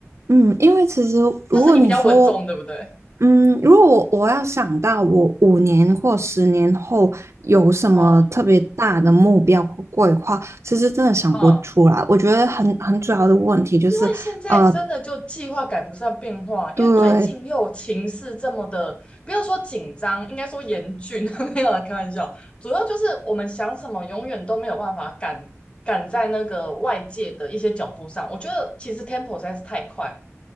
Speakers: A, on the right; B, on the left.
A: 嗯，因为其实如果你说，
B: 就是你比较稳重，对不对？
A: 嗯，如果我我要想到我五年或十年后有什么特别大的目标或规划，
B: 啊，
A: 其实真的想不出来。
B: 嗯，
A: 我觉得很很主要的问题就是，
B: 因为现在真的就计划赶不上变化，
A: 呃，
B: 因为最近又情势这么的，
A: 对，
B: 不要说紧张，应该说严峻。<laughs> 没有啦，开玩笑，主要就是我们想什么，永远都没有办法赶赶在那个外界的一些脚步上。我觉得其实 tempo 实在是太快了。